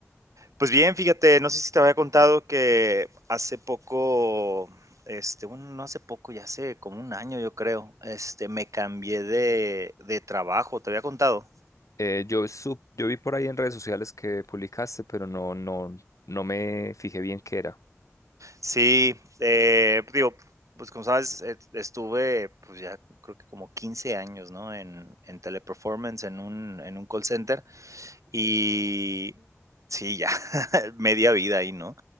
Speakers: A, on the right; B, on the left.
A: Pues bien, fíjate, no sé si te había contado que hace poco, este, bueno, no hace poco, ya hace como un año, yo creo, este, me cambié de, de trabajo, ¿te había contado?
B: Eh, yo, sup- yo vi por ahí en redes sociales que publicaste, pero no, no, no me fijé bien qué era.
A: Sí, eh, digo, pues como sabes, et- estuve, pues ya creo que como 15 años, ¿no? En, en teleperformance, en un, en un call center. Y sí, ya, <laughs> media vida ahí, ¿no?